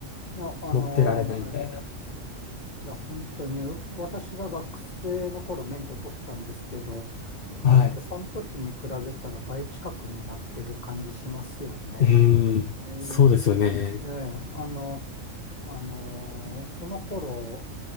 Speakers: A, on the left; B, on the left.
A: えいや、あの、
B: 乗ってられないみたいな。
A: いや、本当に、私が学生の頃免許取ったんですけど、やっぱりその時に比べたら倍近くになってる感じしますよね。
B: はい。うーん。
A: ええええあの、
B: そうですよね。
A: あのその頃